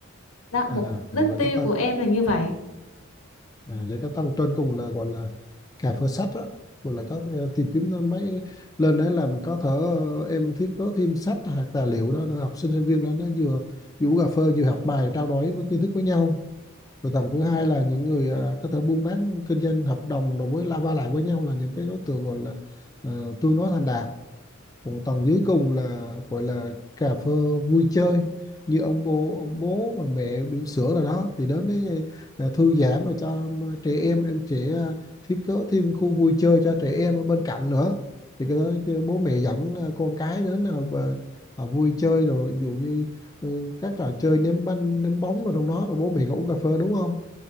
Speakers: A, on the left (about 75°); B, on the left (about 15°).
A: đó
B: à,
A: mục đích
B: gọi là
A: tiêu
B: cách ta
A: của em là như vậy
B: à, vậy các thằng trên cùng là gọi là cà phê sách đó, gọi là có thể tìm kiếm ờ, mấy lên đấy là mình có thể ờ, em thiết kế thêm sách hoặc tài liệu đó để học sinh sinh viên đó nó vừa vừa uống cà phê vừa học bài trao đổi với kiến thức với nhau rồi tầng thứ hai là những người ờ, có thể buôn bán kinh doanh hợp đồng đối với la va lại với nhau là những cái đối tượng gọi là ờ, tương đối thành đạt còn tầng dưới cùng là gọi là cà phê vui chơi như ông bố ông bố và mẹ bỉm sữa rồi đó thì đến đấy à, thư giãn rồi cho em- trẻ em em sẽ à, thiết kế thêm khu vui chơi cho trẻ em ở bên cạnh nữa thì cái đó cái bố mẹ dẫn à, con cái đến là và- à, vui chơi rồi ví dụ như ừ, các trò chơi ném banh ném bóng rồi trong đó rồi bố mẹ có uống cà phê đúng không